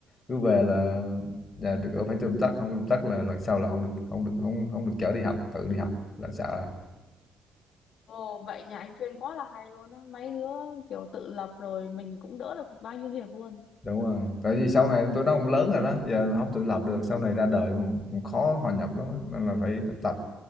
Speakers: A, on the left; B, on the left.
A: cứ về là nhà được ở phải tươm tất không tươm tất là lần sau là không được không được không không được chở đi học tự đi học là sợ
B: Ồ vậy nhà anh chuyên quá là hay luôn á Mấy đứa kiểu tự lập rồi mình cũng đỡ được bao nhiêu việc luôn
A: Đúng rồi, tại vì sau này tụi nó cũng lớn rồi đó, giờ không tự lập được, sau này ra đời cũng cũng khó hòa nhập lắm á, nên là phải phải tập,